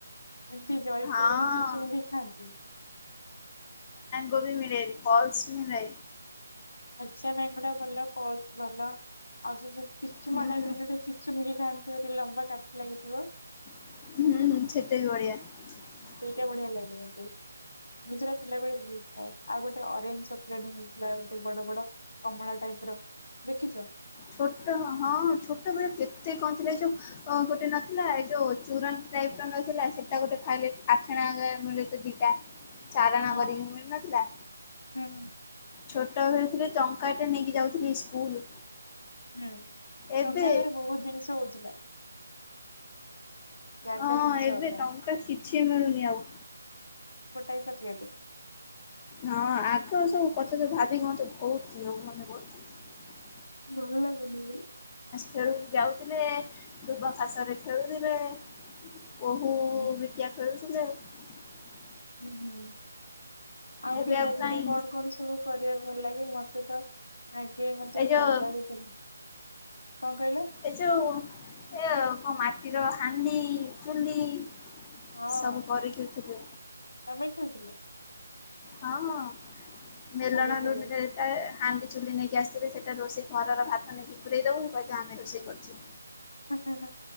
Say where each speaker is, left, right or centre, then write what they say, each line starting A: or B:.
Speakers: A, on the left; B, on the left.
A: ଏମିତି ଜରି
B: ହଁ।
A: ଖୋଲିକି କି ଚୁଚୁମି ଖାଆନ୍ତି।
B: କଚା ମିଳେ ଫଲସ ମିଳେ।
A: କଚା ମଙ୍ଗୋ ଟା ଭଲ ପଲସ ଭଲ ଆଉ ସେ ଚୁଚୁମା
B: ହୁଁ।
A: ଟାଇପ ରେ ଯଉଟା ଚୁଚୁମି କି ଖାଆନ୍ତି ସେ ଲମ୍ବା କାଠି ଲାଗି ଥିବ।
B: ହୁଁ। <unintelligible>
A: ସେଇଟା ବଢିଆ ଲାଗେ ମତେ ମୁଁ ସେଇଟା ପିଲାବେଳେ ବହୁତ ଖାଏ ଆଉ ଗୋଟେ ଅରେଞ୍ଜ ଚକଲେଟ ମିଳୁଥିଲା ଗୋଟେ ବଡ ବଡ କମଳା ଟାଇପ ର ଦେଖିଛ?
B: ଛୋଟ ହଁ ହଁ ଛୋଟ ବେଳେ କେତେ କଣ ଥିଲା ଏ ଯୋଉ ଗୋଟେ ନଥିଲା ଏ ଯୋଉ ଚୁରନ ଟାଇପ ର ନଥିଲା ସେଟା ଗୋଟେ ଥାଏ ଅଠେଣା ମିଳୁଥିଲା ଦିଟା। ଚାରଣା
A: ହଁ
B: କର ବି ମିଳୁନଥିଲା?
A: ହୁଁ
B: ଛୋଟ ବେଳେ ଥିଲେ ଟଙ୍କା ଟେ ନେଇକି ଯାଉଥିଲି ସ୍କୁଲ।
A: ହୁଁ
B: ଏବେ
A: ଟଙ୍କା ଘରେ ବହୁତ ଜିନିଷ ହଉଥିଲା। ଚାରିଟା
B: ହଁ
A: ଜିନିଷ
B: ଏବେ
A: ହବ
B: ଟଙ୍କା କିଛି ମିଳୁନି ଆଉ।
A: ଗୋଟାାଇ ଚୋଗୋଲେଡ
B: ହଁ ଆଗ ସବୁ କଥା ତ ଭାବିକି ମତେ ବହୁତ ିଅ ମନେ କର
A: ଭଲ ଲାଗୁନି।
B: ଖେଳ ଯାଉଥିଲେ ଦୁବ ଖାସ ରେ ଖେଳୁଥିଲେ। ବୋଉ
A: ହୁଁ
B: ବିଟିଆ ଖେଳୁ ହ <unintelligible>
A: ହୁଁ ହୁଁ। ଆଉ
B: ଏବେ
A: ପିଲାଦିନେ
B: କାଇଁ
A: କଣ କଣ ସବୁ କରିବାକୁ ଭଲ ଲାଗେ ମତେ ତ ଆଗେ ମତେ
B: ଏ ଯୋଉ
A: ଭଲ ଲାଗୁଥିଲା। କଣ କହିଲ
B: ଏ ଯୋଉ ଏ କଣ ମା ମାଟିର ହାଣ୍ଡି ଚୁଲି
A: ହଁ
B: ସବୁ କରିକିଉଥିଲୁ
A: ତମେ ଖାଇଥିଲ।
B: ହ ହ। ମେଲଣରୁ
A: ବି ଖେଳେ
B: ହାଣ୍ଡି ଚୁଲି ନେଇକି ଆସିଥିଲେ ସେ ଏ ରୋଷେଇ ଘରର ଭାତ ନେଇକି ପୁରେଇ ଦେବୁ <unintelligible> ରୋଷେଇ କରୁଛି
A: ହୁଁ ହୁଁ ହୁଁ।